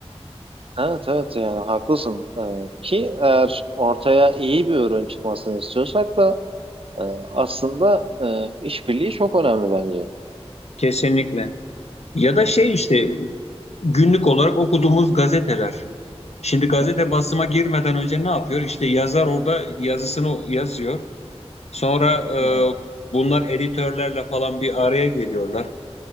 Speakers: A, on the right; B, on the left.
A: Evet evet yani haklısın Ee, ki eğer ortaya iyi bir ürün çıkmasını istiyorsak da e, aslında e, işbirliği çok önemli bence.
B: Kesinlikle. Ya da şey işte günlük olarak okuduğumuz gazeteler. Şimdi gazete
A: Hı hı,
B: basıma girmeden önce ne yapıyor? İşte yazar orada yazısını yazıyor. Sonra e,
A: hı hı.
B: bunlar editörlerle falan bir araya geliyorlar.